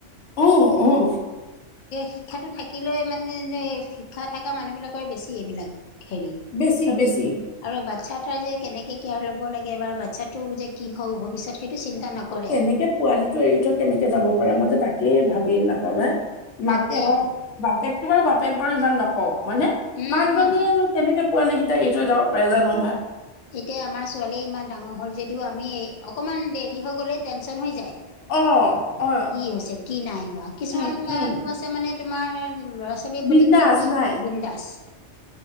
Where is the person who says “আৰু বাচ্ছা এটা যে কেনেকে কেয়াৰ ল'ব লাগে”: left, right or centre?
Left